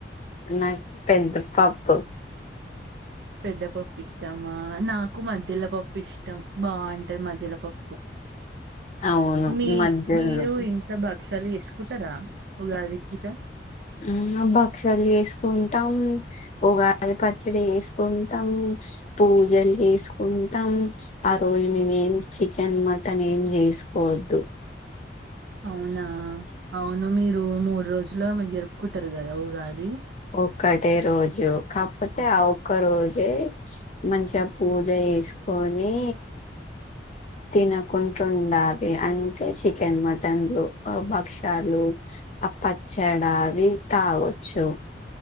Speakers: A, on the left (about 40°); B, on the right (about 70°).
A: నాక్ పెద్ద పప్పు
B: పెద్దపప్పు ఇష్టమా నాకు మధ్యల పప్పు ఇష్టం బాగుంటది మధ్యల పప్పు
A: అవును
B: మీ
A: మధ్యలో
B: మీరు ఇంట్లో బా క్షాలు చేసుకుంటారా ఉగాది గిటా
A: ఆ, భక్షాలు చేసుకుంటాం ఉగాది పచ్చడి చేసుకుంటాం పూజలు చేసుకుంటాం ఆ రోజు మేం ఏం చికెన్, మటన్ ఏం చేసుకోవద్దు.
B: అవునా అవును మీరు మూడు రోజులు జరుపుకుంటారు కదా ఊగాది
A: ఒక్కటే రోజు కాకపోతే ఆ ఒక్క రోజే మంచిగా పూజ చేసుకొని తినకుంటుండాలి అంటే చికెన్, మటన్లు, భక్షాలు అ పచ్చడావి తాగోచ్చు